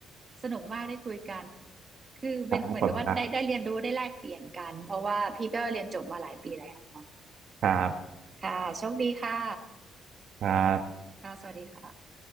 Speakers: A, on the right (about 35°); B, on the right (about 70°).
A: สนุกมากได้คุยกันคือเป็นเหมือนกับว่าได้ได้เรียนรู้ได้แลกเปลี่ยนกันเพราะว่าพี่ก็เรียนจบมาหลายปีแล้วเนาะ
B: ครับผมครับครับ
A: ค่ะโชคดีค่ะ
B: ครับ
A: ค่ะสวัสดีค่ะ